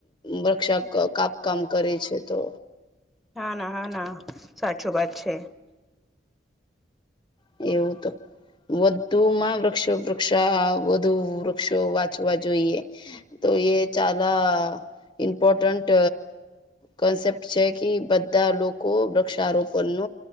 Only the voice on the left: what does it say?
વૃક્ષોક કાપકામ કરે છે તો
એવું તો વધુ માં વૃક્ષો વૃક્ષ વધુ વૃક્ષો વાંચવા જોઈએ તો એ ચાલા ઇમ્પોર્ટન્ટ કોન્સેપ્ટ છે કે બધા લોકો વૃક્ષારોપણ ન